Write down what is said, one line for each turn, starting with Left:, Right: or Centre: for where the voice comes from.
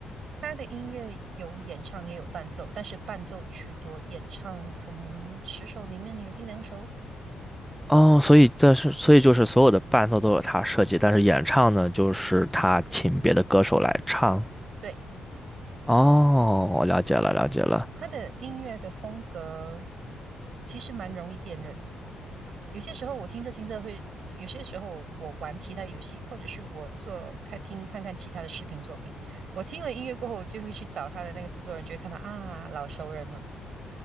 Right: 他的音乐有演唱也有伴奏，但是伴奏居多，演唱可能十首里面有一两首。
Centre: 哦，所以这是所以就是所有的伴奏都是他设计，但是演唱呢，就是他请别的歌手来唱。
Right: 对，
Centre: 哦，我了解了，了解了。
Right: 他的音乐的风格其实蛮容易辨认的。有些时候我听着听着会，有些时候我玩其他游戏，或者是我做看听看看其他的视频作品，我听了音乐过后，我就会去找他的那个制作人，就会看到啊，老熟人了。